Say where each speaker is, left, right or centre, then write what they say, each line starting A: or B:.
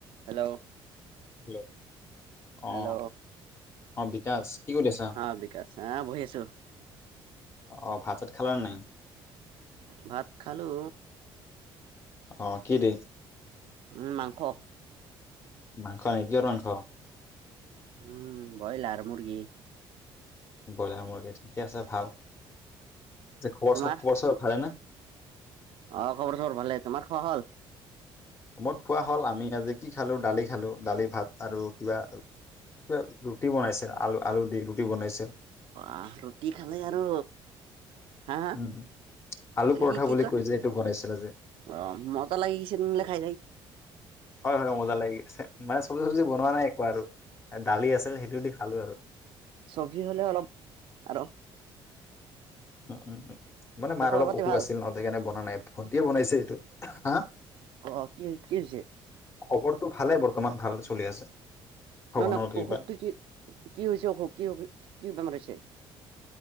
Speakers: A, on the right; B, on the left.
A: hello'-
B: Hello
A: hello
B: অ অ বিকাছ কি কৰি আছা
A: অ বিকাশ আহ বহি আছো
B: অ ভাততে <unintelligible> খেলা নে নাই
A: ভাত খালো
B: অ কি দি
A: উম মাংস
B: মাংসই কিহৰ মাংস
A: উম বইলাৰ মুৰ্গী
B: বইলাৰ মুৰ্গী ঠিকে আছে ভাল যে কোৱাচোন
A: তোমাৰ
B: খবৰ চবৰ ভালে নে
A: অ খবৰ চবৰ ভালে তোমাৰ খোৱা হ'ল
B: মই খোৱা হ'ল আমি আজি কি খালো দালি খালো দালি ভাত আৰু কিবা কিবা ৰুটি বনাইছে আলু আলু দি ৰুটি বনাইছে
A: অহ ৰুটি খালে আৰু হা হা
B: উম আলু পৰঠা
A: কি কি
B: বুলি
A: কি ক
B: কৈ যে এইটো বনাইছিল আজি
A: অ মজা লাগিছে হিমলে খাই যায়
B: হয় হয় মজা লাগিছে মানে চবজি চবজি বনোৱা নাই একো আৰু দালি আছে সেইটোও দি খালো আৰু
A: চবজি হলে অলপ আৰু
B: উম উম উ মানে মাৰ
A: খবৰ
B: অলপ
A: পাতি
B: অসুখ
A: ভাল
B: আছিল নহ সেইকাৰণে বনা নাই ভণ্টীয়ে বনাইছে হা
A: অ কি কি হৈছে
B: খবৰটো ভালে বৰ্তমান ভাল চলি আছে ভগৱানৰ
A: নাই নাই
B: কৃপাত
A: অসুখটো কি কি হৈছে অসুখ কি কি বেমাৰ হৈছে